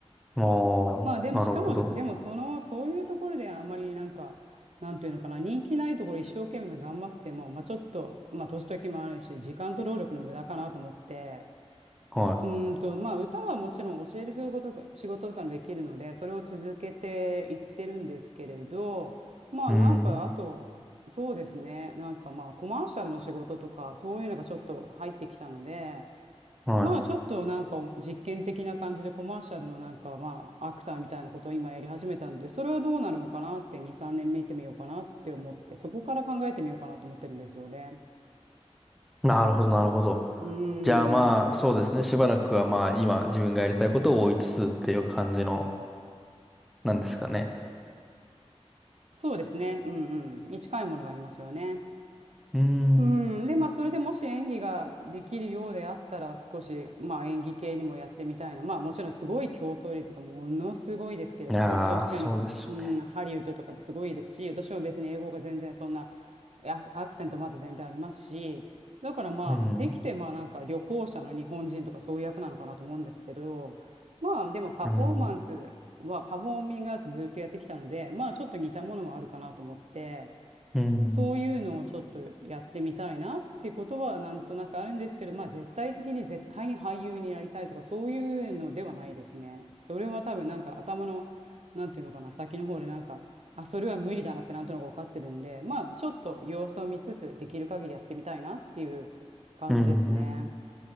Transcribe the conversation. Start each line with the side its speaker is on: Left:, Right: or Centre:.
Centre: ああ、
Right: まあでもしかも、
Centre: なるほど。
Right: でもその、そういうところであまりなんか、なんていうのかな、人気ないところ一生懸命頑張っても、まあちょっと、まあ年時もあるし、時間と労力の無駄かなと思って、
Centre: は
Right: うーんと、まあ歌はもちろん教える仕事とか、仕事とかもできるので、それを続けていってるんですけれど、まあなんか、
Centre: い。うん。
Right: あと、そうですね、なんかまあコマーシャルの仕事とか、そういうのがちょっと入ってきたので、
Centre: は
Right: まあちょっとなんか実験的な感じでコマーシャルのなんかまあアクターみたいなことを今やり始めたので、それはどうなるのかなって2、3年見てみようかなって思って、そこから考えてみようかなと思ってるんですよね。
Centre: い。なるほど、なるほど。
Right: うーん。
Centre: じゃあまあ、そうですね。しばらくはまあ、今、自分がやりたいことを追いつつっていう感じの、なんですかね。
Right: そうですね。うんうん。に近いものがありますよね。
Centre: うん。
Right: うん。で、まあそれでもし演技ができるようであったら少しまあ演技系にもやってみたいな。まあもちろんすごい競争率がものすごいですけど、
Centre: いやー、
Right: と、確かに、
Centre: そうですよね。
Right: うん、ハリウッドとかってすごいですし、私は別に英語が全然そんなアアクセントまだ全然ありますし、だからまあ、
Centre: うん。
Right: できてまあなんか旅行者の日本人とかそういう役なのかなと思うんですけど、まあでもパフォーマンスは、
Centre: うん。
Right: パフォーミングアーツずっとやってきたので、まあちょっと似たものはあるかなと思って、
Centre: うん。
Right: そういうのをちょっとやってみたいなっていうことはなんとなくあるんですけど、まあ絶対的に絶対に俳優になりたいとかそういうのではないですね。それは多分なんか頭の、なんていうのかな、先の方でなんか、あ、それは無理だなってなんとなく分かってるんで、まあちょっと様子を見つつできる限りやってみたいなっていう感じですね。
Centre: うん。うん